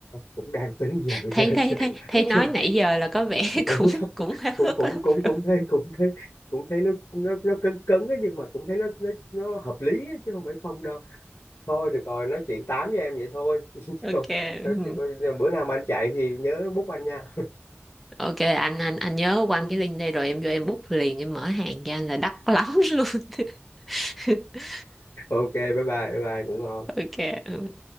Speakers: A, on the left (about 75°); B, in the centre.
A: cũng đang tính vậy
B: thấy
A: đó
B: thấy
A: chứ
B: thấy thấy nói nãy
A: <laughs>
B: giờ là có vẻ
A: cũng
B: <laughs> cũng
A: <laughs>
B: cũng háo
A: cũng
B: hức
A: cũng
B: lắm
A: cũng cũng
B: rồi
A: thấy cũng thấy cũng thấy nó nó nó cứng cứng ấy, nhưng mà cũng thấy nó nó nó hợp lý ấy, chứ không phải không đâu thôi được rồi nói chuyện tám với em vậy thôi <laughs> chứ
B: ok
A: còn,
B: ừ.
A: chứ còn bữa nào mà anh chạy thì nhớ bút anh nha
B: ok anh anh anh nhớ quăng
A: <laughs>
B: cái link đây rồi em vô em bút liền em mở hàng cho anh là đắt lắm luôn <laughs>
A: ok bye bye bye bye ngủ ngon
B: ok ừ.